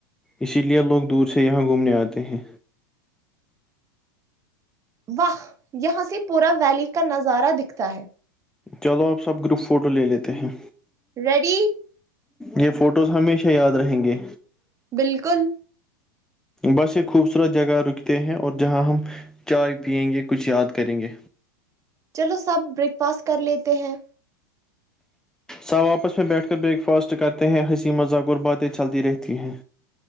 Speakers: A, in the centre; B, on the right (about 25°).
A: اسی لیے لوگ دور سے یہاں گھومنے آتے ہیں
B: واہ یہاں سے پورا ویلی کا نظارہ دکھتا ہے
A: چلو آپ سب گروپ فوٹو لے لیتے ہیں
B: ریڈی
A: یہ فوٹوز ہمیشہ یاد رہیں گے
B: بالکل
A: بس یہ خوبصورت جگہ رکتے ہیں اور جہاں ہم چائے پیئیں گے کچھ یاد کریں گے
B: چلو سب بریک فاسٹ کر لیتے ہیں
A: سب آپس میں بیٹھ کر بریک فاسٹ کرتے ہیں ہنسی مذاق اور باتیں چلتی رہتی ہیں